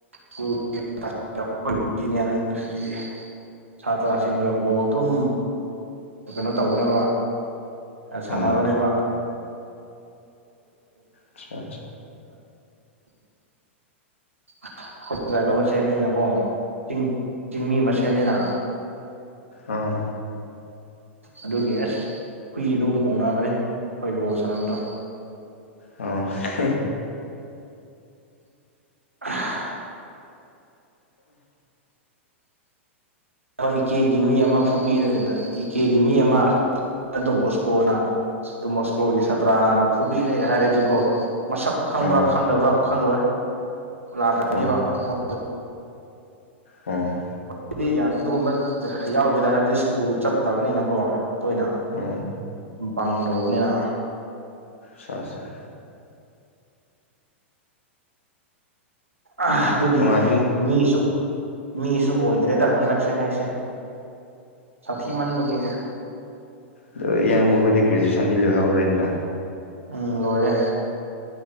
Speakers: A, on the right; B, on the left.
A: <unintelligible> ꯁꯥꯇ꯭ꯔꯁꯤꯡꯒ ꯕꯣꯜ ꯑꯗꯨꯝ ꯀꯩꯅꯣ ꯇꯧꯕꯅꯦꯕ
B: ꯑꯣ
A: ꯁꯥꯟꯅꯕꯅꯦꯕ
B: ꯑꯆꯥ ꯆꯥ
A: <unintelligible> ꯗ꯭ꯔꯥꯏꯚꯔ ꯃꯁꯦꯟꯅꯤꯅꯀꯣ ꯆꯤꯡ ꯆꯤꯡꯃꯤ ꯃꯁꯦꯟꯅꯤꯅ
B: ꯑꯥ
A: ꯑꯗꯨꯒꯤ ꯑꯦꯁ ꯍꯨꯏ ꯑꯗꯨꯝ ꯀꯣꯡꯅꯕꯅꯦ ꯑꯩꯈꯣꯏ ꯕꯣꯜ ꯁꯥꯟꯅꯕꯗꯣ
B: ꯑꯣ ꯍꯦ
A: ꯑꯥꯍ ꯏꯀꯦꯒꯤ ꯃꯤ ꯑꯃ ꯐꯨꯕꯤꯔꯦ ꯗꯥꯗ ꯏꯀꯦꯒꯤ ꯃꯤ ꯑꯃ ꯑꯗꯨ ꯕꯣꯁꯀꯣꯅ ꯑꯗꯨꯃꯣꯁꯀꯣꯒꯤ ꯁꯥꯇ꯭ꯔꯥꯅ ꯐꯨꯕꯤꯔꯦ ꯍꯥꯏꯔꯗꯤꯀꯣ ꯃꯁꯛ ꯈꯪꯕ꯭ꯔꯥ
B: ꯑꯥ
A: ꯈꯪꯗꯕ꯭ꯔꯥ ꯈꯪꯔꯣꯏ ꯂꯥꯛ <unintelligible>
B: ꯑꯥ ꯑꯣ
A: <unintelligible> ꯌꯥꯝ ꯑꯗꯨꯒꯨꯝꯕ ꯌꯥꯎꯗꯦꯗ ꯍꯥꯏꯕꯗꯤ ꯁ꯭ꯀꯨꯜ ꯆꯠꯇꯕꯅꯤꯅꯀꯣ ꯇꯣꯏꯅ
B: ꯑꯣ
A: ꯚꯪ ꯇꯧꯕꯅꯤꯅ
B: ꯁꯥꯥꯁꯥ
A: ꯑꯥꯍ ꯑꯗꯨꯒꯤ
B: ꯅꯨꯡꯉꯥꯏꯗꯤ
A: ꯃꯤꯁꯨ ꯃꯤꯁꯨ ꯑꯣꯏꯗ꯭ꯔꯦꯗ ꯍꯟꯗꯛꯁꯦ ꯍꯥꯏꯁꯦ ꯁꯥꯊꯤꯃꯟꯕꯒꯤ
B: ꯑꯗꯣ ꯏꯌꯥꯝꯕꯈꯣꯏꯗꯤ ꯒ꯭ꯔꯦꯖꯨꯌꯦꯁꯟꯗꯤ ꯂꯣꯏꯍꯧꯔꯦꯗꯅ
A: ꯎꯝ ꯂꯣꯏꯔꯦ